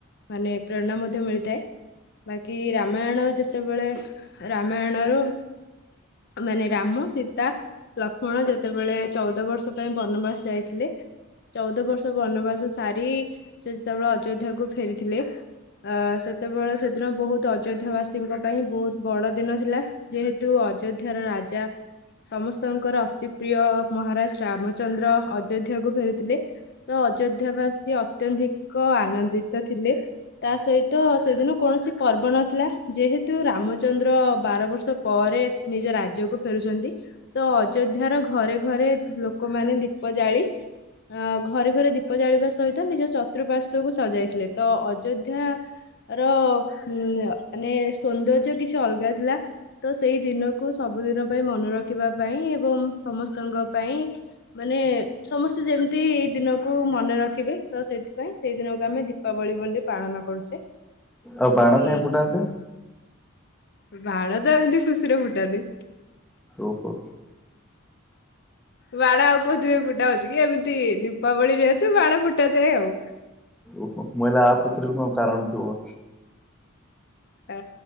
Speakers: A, on the left; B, in the centre.
A: ମାନେ ପ୍ରେରଣା ମଧ୍ୟ ମିଳିଥାଏ ବାକି ରାମାୟଣ ଯେତେବେଳେ ରାମାୟଣର ମାନେ ରାମ ସୀତା ଲ କଣ ଯେତେବେଳେ ଚଉଦ ବର୍ଷ ପାଇଁ ବନବାସ ଯାଇଥିଲେ ଚଉଦ ବର୍ଷ ବନବାସ ସାରି ସେ ଯେତେବେଳେ ଅଯୋଧ୍ୟାକୁୁ ଫେରିଥିଲେ ଆ ସେତେବେଳେ ସେଦିନ ବହୁତ ଅଯୋଧ୍ୟା ବାସୀଙ୍କ ପାଇଁ ବହୁତ ବଡ ଦିନ ଥିଲା ଯେହେତୁ ଅଯୋଧ୍ୟାର ରାଜା ସମସ୍ତଙ୍କର ପ୍ରିୟ ମହାରାଜ ରାମଚନ୍ଦ୍ର ଅଯୋଧ୍ୟା କୁ ଫେରୁଥିଲେ ତ ଅଯୋଧ୍ୟା ବାସୀ ଅତ୍ୟଧିକ ଆନନ୍ଦିତ ଥିଲେ ତା ସହିତ ସେଦିନ କୌଣସି ପର୍ବ ନଥିଲା ଯେହେତୁ ରାମଚନ୍ଦ୍ର ବାର ବର୍ଷ ପରେ ନିଜ ରାଜ୍ୟକୁ ଫେରୁଛନ୍ତି ତ ଅଯୋ ଅଯୋଧ୍ୟାର ଘରେ ଘରେ ଲୋକମାନେ ଦୀପ ଜାଳି ଆ ଘରେ ଘରେ ଦୀପ ଜାଳିବା ସହିତ ନିଜ ଚତୁଃପାର୍ଶ୍ଵକୁ ସଜାଇଥିଲେ ତ ଅଯୋଧ୍ୟା ର ଉଁ ମାନେ ସୌନ୍ଦର୍ଯ୍ୟ କିଛି କିଛି ଅଲଗା ଥିଲା ତ ସେଇ ଦିନକୁ ସବୁ ଦିନ ପାଇଁ ମନେ ରଖିବା ପାଇଁ ଏବଂ ସମସ୍ତଙ୍କ ପାଇଁ ମାନେ ସମସ୍ତେ ଯେମିତି ଏଇ ଦିନକୁ ମନେ ରଖିବେ ତ ସେଥିପାଇଁ ସେଇ ଦିନକୁ ଆମେ ଦୀପାବଳି ବୋଲି ପାଳନ କରୁଛେ।
B: ଆଉ
A: ବାକି
B: ବାଣ କାଇଁ ଫୁଟାନ୍ତି
A: ବାଣ ତ ଏମିତି ଖୁସିରେ ଫୁଟାନ୍ତି
B: ଓହୋ
A: ବାଣ ଆଉ କୋଉଥିମାଇଁ ଫୁଟା ହଉଛି କି ଏମିତି ଦୀପାବଳି ଯେହେତୁ ବାଣ ଫୁଟା ଯାଏ ଆଉ
B: ଓହୋ ମୁଁ କହିଲି ଇୟା ପଛରେ ଵି କଣ କାରଣ ଥିବ
A: ଆ